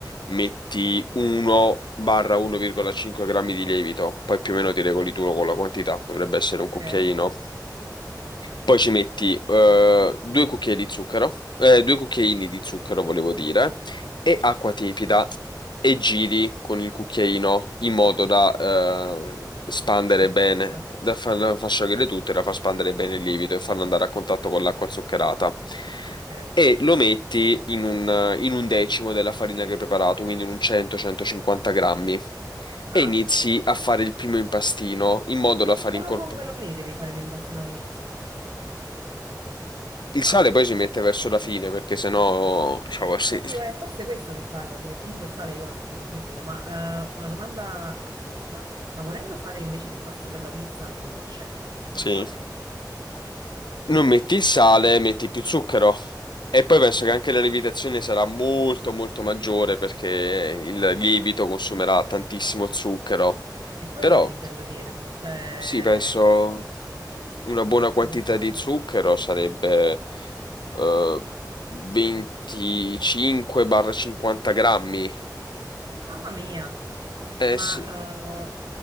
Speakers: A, on the left; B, on the right.
A: metti 1-1,5 grammi di lievito, poi più o meno ti regoli tu con la quantità, dovrebbe essere
B: Ok?
A: un cucchiaino. Poi ci metti eh, due cucchiai di zucchero, eh, due cucchiaini di zucchero, volevo dire, e acqua tiepida e giri con il cucchiaino in modo da eh, spandere
B: Sciogliere
A: bene,
B: tutto.
A: da far, da far sciogliere tutto e da far spandere bene il lievito e farlo andare a contatto con l'acqua zuccherata.
B: Ok.
A: E lo metti in un, in un decimo della farina che hai preparato, quindi in un 100-150 grammi, e
B: Ah,
A: inizi a fare il primo impastino in modo da far
B: solo
A: incorporare.
B: con quello lì devi fare l'impastino all'inizio.
A: Il
B: Ah,
A: sale poi si mette verso la fine perché sennò, diciamo, sì,
B: oddio, è forse questo che sbaglio, che comunque il sale io lo mettevo subito, ma eh, una domanda assurda. Ma volendo fare invece l'impasto per la pizza dolce, si può
A: sì.
B: fare?
A: Non metti il sale, metti più zucchero. E poi penso che anche la lievitazione sarà molto molto maggiore perché il lievito consumerà tantissimo zucchero.
B: È quello
A: Però
B: che intendo dire, cioè
A: sì, penso una buona
B: si
A: quantità
B: può fare.
A: di zucchero sarebbe eh, 25-50 grammi.
B: Mamma mia,
A: Eh
B: ma
A: sì,
B: eh,